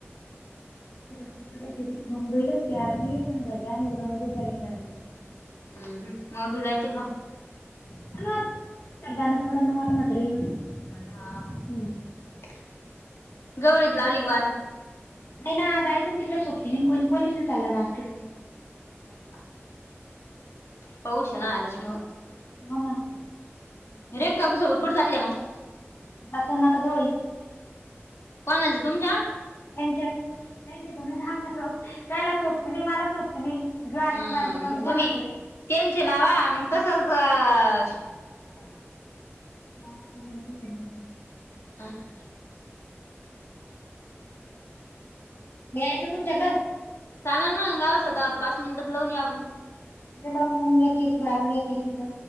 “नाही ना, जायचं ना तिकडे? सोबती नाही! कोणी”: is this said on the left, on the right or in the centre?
Left